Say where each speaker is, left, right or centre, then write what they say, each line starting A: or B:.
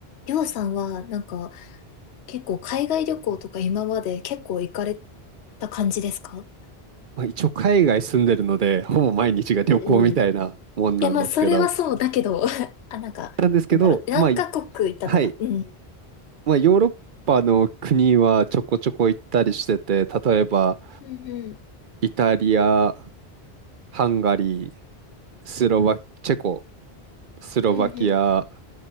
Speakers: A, on the left; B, on the right.
A: りょうさんは、なんか、結構海外旅行とか今まで結構行かれた感じですか
B: まあ、一応海外住んでるので、ほぼ毎日が旅行みたいなもんなんですけど、
A: うんうん。いや、まあ、それはそうだけど、<laughs> あ、なんか、
B: なんですけど、
A: なんだろう、何カ国行ったとか。
B: まあ、いはい、
A: うん。
B: まあ、ヨーロッパの国はちょこちょこ行ったりしてて、例えば、
A: うんうん。
B: イタリア、ハンガリー、スロバ、チェコ、スロバキア
A: うんうん。